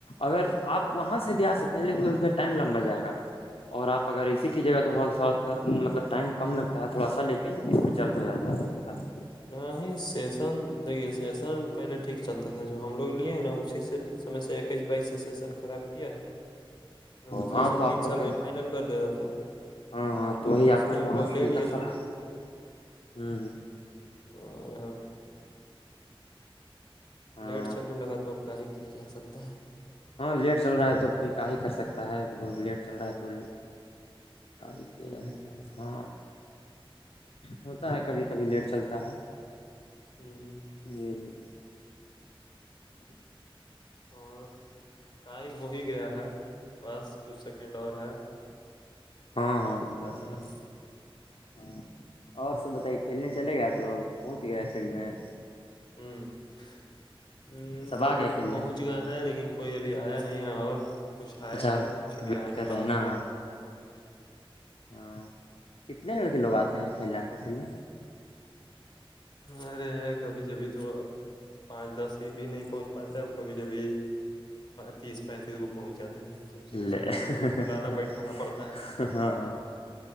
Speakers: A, on the left; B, on the left.
A: اگر آپ وہاں سے بھی آ سکتے ہیں لیکن اس میں ٹائم لمبا جائے گا اور آپ اگر اس کی جگہ تو تھوڑا سو مطلب ٹائم کم لگتا ہے تھوڑا سا لیکن اس میں جلد ہو جاتا ہو جاتا ہے
B: نہیں نہیں سیشن دیکے سیشن پہلے ٹھیک چلتا تھا جو ہم لوگ لیے ہیں نا اسی سے س سے اکیس بائیس سے سیشن خراب کیا ہے نہ سیشن
A: ہاں تو
B: تین
A: آپ لوگ
B: سال میں فائنل کر دیتا تھا
A: ہاں ہاں تو وہی آپ
B: اس
A: لوگ
B: لیے
A: کو
B: ہم
A: وہاں سے
B: لے
A: دقت
B: لیے تھے
A: رہا ہے
B: اور ہم
A: ہاں
B: لیٹ چلنے لگا تو اب کا ہی کیا جا سکتا ہے
A: ہاں لیٹ چل رہا ہے توب کوئی کا ہی کر سکتا ہے لیٹ چل رہا ہے تو ائی کے
B: ہوں
A: لگتا ہے ہاں ہوتا ہے کبھی کبھی لیٹ چلتا ہے
B: ہاں
A: جی جی
B: اور ٹائم ہو ہی گیا ہے بس کچھ سیکنڈ اور ہے
A: ہاں ہاں ہاں بس
B: ہوں
A: بس ہاں اور سب بتائی کھیلنے چلے گئے آپ لوگ پہنچ گئے فیلڈ میں
B: ہاں
A: سب
B: فیلڈ
A: آ گیا
B: میں تو
A: کھیلنے
B: پہنچ ہے لیکن کوئی ابھی آیا نہیں ہے اور کچھ آیا
A: اچھا
B: ہے کچھ ابھی
A: ویٹ
B: آنا
A: کر رہے
B: باقی
A: ہیں نا
B: ہے
A: ہاں کتنے لڑکے لوگ آتے ہیں کھیلنے پہ تو فل میں
B: ارے کبھی کبھی تو پانچ دس ہی بھی نہیں پہنچ پاتا ہے وہ کبھی جبھی تیس پینتیس کو پہنچ جاتے ہیں تو اسی میں
A: لےہاں
B: سے کسی کو کھلانا بیٹھانا پڑتا